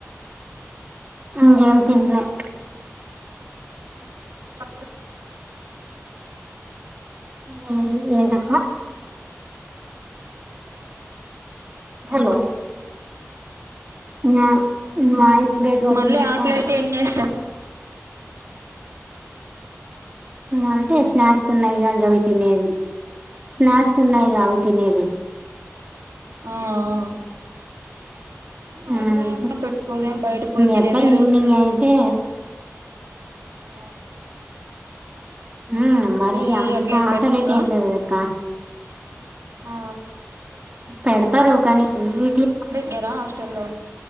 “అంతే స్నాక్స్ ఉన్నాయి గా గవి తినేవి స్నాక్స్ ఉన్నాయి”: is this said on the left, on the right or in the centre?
Right